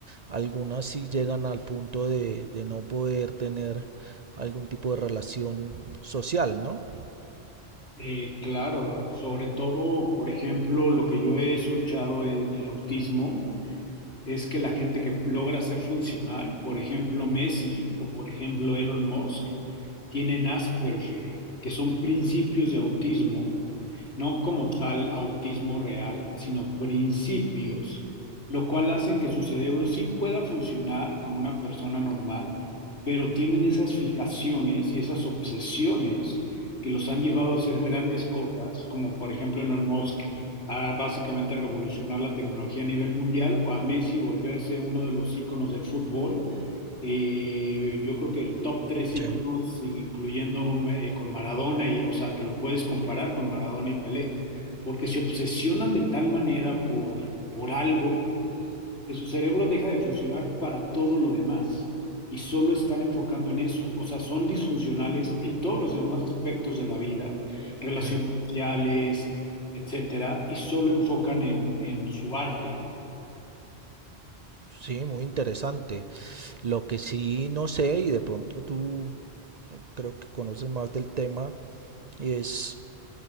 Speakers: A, on the right (about 45°); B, on the left (about 85°).
A: algunas sí llegan al punto de, de no poder tener algún tipo de relación social, ¿no?
B: Eh, claro, sobre todo, por ejemplo, lo que yo he escuchado en el autismo es que la gente que logra ser funcional, por ejemplo Messi o por ejemplo Elon Musk, tienen Asperger, que son principios de autismo no como tal autismo real, sino principios, lo cual hacen que su cerebro sí pueda funcionar como una persona normal, pero tienen esas fijaciones y esas obsesiones que los han llevado a hacer grandes cosas, como por ejemplo Elon Musk a básicamente revolucionar la tecnología a nivel mundial o a Messi volverse uno de los íconos del fútbol eh, yo creo que el top tres
A: Sí,
B: íconos, sin- incluyendo eh, con Maradona, y, o sea, que lo puedes comparar con Maradona y Pelé, porque se obsesionan de tal manera por, por algo que su cerebro deja de funcionar para todo lo demás y solo están enfocando en eso. O sea, son disfuncionales en todos los demás aspectos de la vida, relaciones
A: sí.
B: sociales, etcétera, y solo enfocan en, en su arte.
A: Sí, muy interesante. Lo que sí no sé, y de pronto tú creo que conoces más del tema, y es,